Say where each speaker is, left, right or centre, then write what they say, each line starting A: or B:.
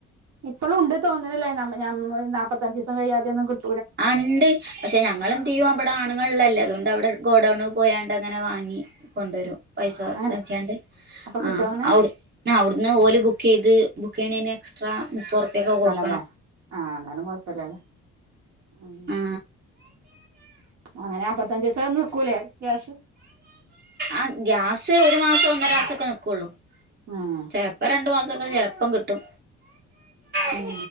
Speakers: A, on the right; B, on the right.
A: ഇപ്പളു ഉണ്ട് തോന്ന്ണ്ല്ലേ ഞമ്മെ ഞമ്മയ് നാപ്പത്തഞ്ചീസം കയ്യാതൊന്നും കിട്ട്
B: ആ ണ്ട് പക്ഷെ ഞങ്ങളെന്തെയ്യു ഇവ്ടെ ആണുങ്ങള് ള്ളല്ലേ അതുകൊണ്ടവിടെ ഗോഡൗണ് പോയാണ്ടങ്ങനെ വാങ്ങി കൊണ്ടരും പൈസ
A: അങ്ങനെ
B: ഇതാക്കിയാണ്ട്
A: അപ്പൊ കിട്ടോ
B: ആഹ്
A: അങ്ങനെ
B: ഔട് ആഹ് അവുടുന്ന് ഓല് ബുക്കെയ്ത് ബുക് ക്കെയ്ണേന് എക്സ്ട്രാ മുപ്പത് റുപ്പ്യക്കെ കൊടു
A: അല്ലേ ആ അന്നാലും കൊഴപ്പല്ല്യാല്ലേ ഉം
B: ആ
A: അങ്ങനെ നാപ്പത്തഞ്ചീസം നിക്കൂലേ ഗ്യാസ്
B: ആഹ് ഗ്യാസ് ഒരു മാസം ഒന്നര മാസൊക്കെ നിക്കു ഒള്ളൂ
A: ഉം
B: ചെലപ്പ രണ്ട് മാസൊക്കെ ചെലപ്പം കിട്ടും ഉം